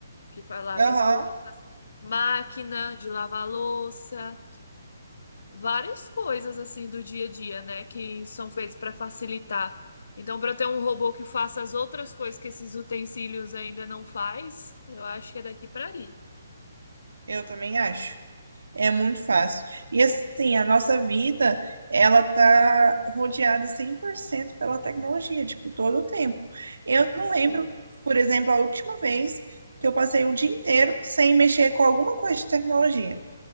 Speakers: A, on the left; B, on the right.
A: que faz lavar
B: Aham,
A: as roupas, máquina de lavar louça, várias coisas assim do dia a dia, né? Que são feitas para facilitar. Então, para eu ter um robô que faça as outras coisas que esses utensílios ainda não faz, eu acho que é daqui para ali.
B: eu também acho. É muito fácil. E assim, a nossa vida, ela tá rodeada 100% pela tecnologia, tipo, todo o tempo. Eu não
A: Sim.
B: lembro, por exemplo, a última vez que eu passei o dia inteiro sem mexer com alguma coisa de tecnologia.